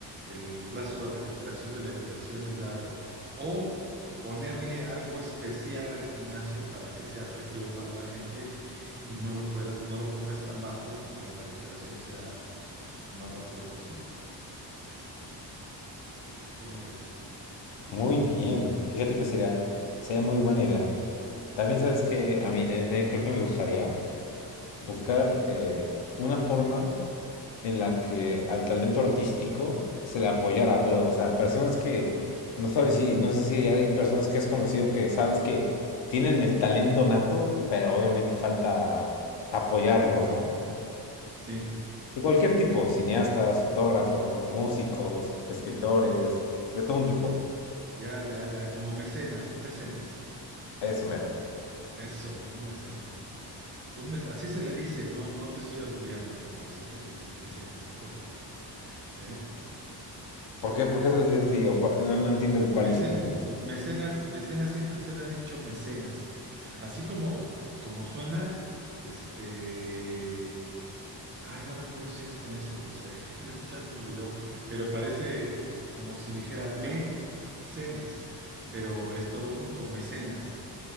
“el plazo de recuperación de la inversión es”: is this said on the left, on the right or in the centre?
Right